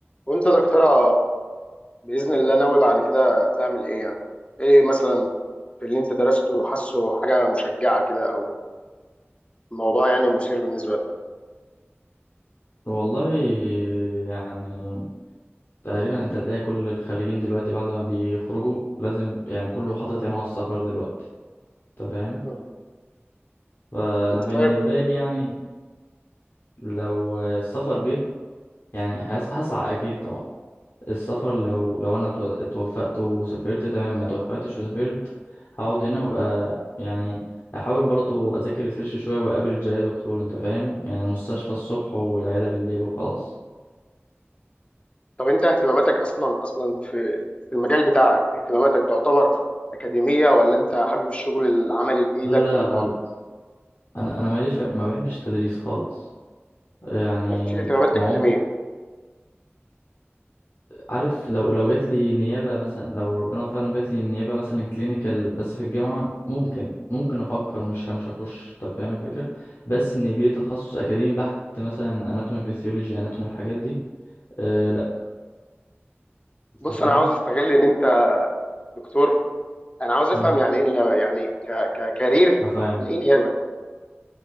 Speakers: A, on the left; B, on the left.
A: وانت دكتورة بإذن الله ناوي بعد كده تعمل ايه يعني ايه مثلا في اللي انت درسته حاسه حاجة مشجعة كده او موضوع يعني مثير بالنسبة لك
B: والله يعني تقريبا انت تلاقي كل الخريجين دلوقتي بعد ما بيخرجوا لازم يعني كله حاطط عينه على السفر دلوقتي انت فاهم
A: مم.
B: فانا
A: انت
B: بالنسبه
A: طيب
B: لي يعني لو السفر جه يعني هس- هسعى اكيد طبعا السفر لو لو انا تو- اتوفقت وسافرت تمام ما توفقتش وسافرت هقعد هنا وابقى يعني احاول برضو اذاكر ريسيرش شويه وافرج يا دكتور انت فاهم يعني المستشفى الصبح والعياده بالليل وخلاص
A: طب انت اهتماماتك اصلا اصلا في في المجال بتاعك اهتماماتك تعتبر أكاديمية ولا انت حابب الشغل العملي بإيدك
B: لا
A: ولا
B: خالص انا انا ماليش ما بحبش التدريس خالص يعني
A: مفيش اهتمامات
B: ما
A: أكاديمية
B: عم... عارف لو لو جات لي نيابه مثلا لو ربنا وفقني وجات لي نيابه مثلا كلينيكال بس في الجامعه ممكن ممكن افكر مش ه- مش هخش انت فاهم الفكره بس ان يجري تخصص اكاديمي بحت مثلا اناتومي فيسيولوجي اناتومي الحاجات دي أه لا انت
A: بص
B: فاهم
A: انا عاوز استغل ان انت دكتور انا عاوز افهم
B: امم
A: يعني ايه نيابة يعني ك ككارير
B: هفهمك
A: يعني ايه نيابة